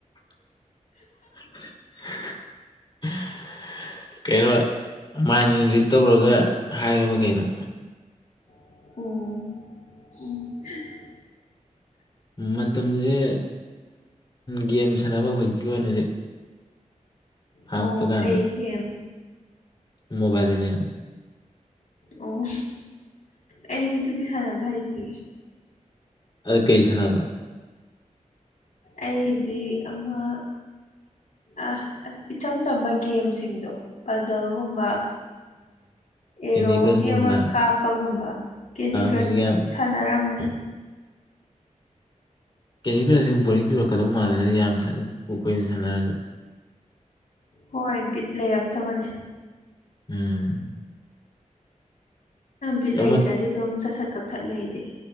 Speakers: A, on the left; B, on the left.
A: <unintelligible> ꯃꯥꯏꯟ ꯔꯤꯠ ꯇꯧꯔꯒ ꯍꯥꯏꯔꯕ ꯀꯩꯅꯣ?
B: ꯑꯣ <unintelligible>
A: ꯃꯇꯝ ꯖꯦ ꯒꯦꯝ ꯁꯥꯟꯅꯕ ꯍꯧꯖꯤꯛꯀꯤ ꯑꯣꯏꯅꯗꯤ꯫ ꯍꯥꯡꯉꯛꯄ
B: ꯑꯣ
A: ꯀꯥꯟꯗ
B: ꯀꯩ ꯈꯦꯝ
A: ꯃꯣꯕꯥꯏꯜ ꯂꯤ ꯖꯦꯟ
B: ꯑꯣ ꯑꯩꯗꯤ ꯑꯗꯨꯗꯤ ꯁꯥꯟꯅꯕ ꯍꯥꯏꯇꯦ꯫
A: ꯑꯗ ꯀꯩ ꯁꯥꯟꯅꯕ?
B: ꯑꯩꯗꯤ ꯑꯃ ꯑꯥ ꯏꯆꯝ ꯆꯝꯕ ꯒꯦꯝꯁꯤꯡꯗꯣ ꯄꯖꯜꯒꯨꯝꯕ ꯑꯦꯔꯣꯒꯤ
A: ꯀꯦꯟꯗꯤ ꯀ꯭ꯔꯁꯀꯨꯝꯕ
B: ꯑꯃ ꯀꯥꯞꯄꯒꯨꯝꯕ ꯀꯦꯟꯗꯤ ꯀ꯭ꯔꯁ
A: ꯍꯧꯖꯤꯛ ꯌꯥꯝ
B: ꯁꯥꯟꯅꯔꯝꯃꯦ
A: ꯀꯦꯟꯗꯤꯀ꯭ꯔꯁꯤꯡ ꯕꯣꯔꯤꯡ ꯆꯨꯔꯛꯀꯗꯧ ꯃꯥꯟꯗ ꯌꯥꯝ ꯀꯣꯏꯅ ꯁꯥꯟꯅꯔꯁꯨ
B: ꯍꯣꯏ ꯕꯤꯠ ꯂꯩꯔꯛꯇꯕꯅꯦ
A: ꯎꯝ
B: ꯕꯤꯠ ꯂꯩꯇ꯭ꯔꯗꯤ
A: ꯑꯃ
B: ꯑꯗꯨꯝ ꯆꯠꯁꯠ ꯀꯛꯊꯠ ꯂꯩꯗꯤ